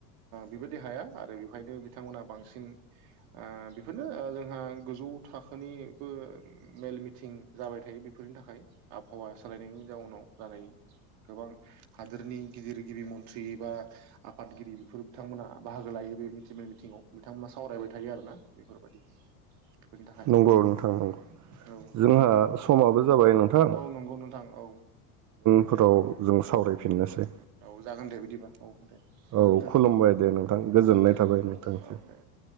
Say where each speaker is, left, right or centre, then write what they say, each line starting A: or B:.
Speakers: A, on the right; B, on the right.
A: बेबायदि हाया आरो बेहायनो बिथांमोनहा बांसिन ओ बेफोरनो जोंहा गोजौ थाखोनिबो मेल मिथिं जाबाय थायो बेफोरनि थाखाय आबहावा सालायनायनि जाउनाव जानाय। गोबां हादोरनि गिदिर गिबि मन्थ्रि बा आफादगिरि बेफोर बिथांमोना बाहागो लायो बे मिथि मेल मिथिङाव बिथांमोना सावरायबाय थायो आरोना बेफोरबायदि। बेफोरनि थाखाय
B: नंगौ नोंथां नंगौ
A: औ
B: जोंहा समाबो जाबाय नोंथां
A: औ नंगौ नोंथां औ।
B: फोराव जों सावरायफिननोसै।
A: औ जागोन दे बिदिबा औ। दे
B: औ
A: गोजोन्थों
B: खुलुमबाय दे नोंथां गोजोननाय
A: खुलुमबाय
B: थाबाय
A: दे
B: नोंथां निसिम।
A: औ दे उम